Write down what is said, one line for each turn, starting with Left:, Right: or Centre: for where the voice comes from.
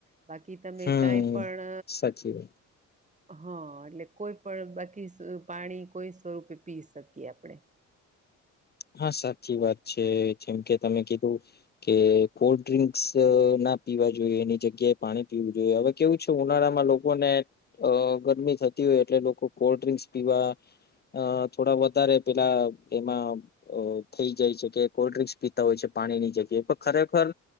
Right: બાકી તમે
Left: હમ
Right: કાઈ પણ
Left: સાચી વાત
Right: અ હ એટલે કોઈપણ બાકી પાણી કોઈ સ્વરૂપે પી શકીએ આપણે
Left: હા સાચી વાત છે જેમ કે તમે કીધું કે કોલ્ડ ડ્રિંક્સ અ ના ના પીવા જોઈએ એની જગ્યાએ પાણી પીવું જોઈએ હવે કેવું છુ ઉનાળામાં લોકોને અ ગરમી થતી તી હોય એટલે લોકો કોલ્ડ ડ્રિક્સ પીવા અ થોડા વધારે પેલા એમાં અ થઈ જાય છે કે કોલડ ડ્રિંક્સ પીતા હોય છે પાણીની જગ્યાએ પણ ખરેખર